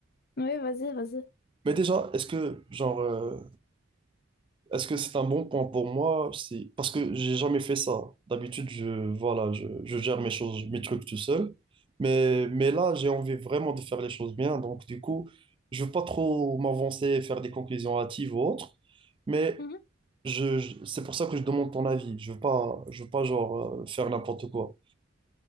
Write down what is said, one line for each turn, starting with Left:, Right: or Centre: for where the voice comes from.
Left: Oui, vas-y, vas-y.
Right: Mais déjà, est-ce que, genre, euh, Est-ce que c'est un bon point pour moi? Si... Parce que j'ai jamais fait ça. D'habitude, je, voilà, je, je gère mes choses, mes trucs tout seul. Mais, mais là, j'ai envie vraiment de faire les choses bien. Donc, du coup, je veux pas trop m'avancer et faire des conclusions hâtives ou autres. Mais
Left: Mhm.
Right: je, je- c'est pour ça que je demande ton avis. Je veux pas, je veux pas genre euh, faire n'importe quoi.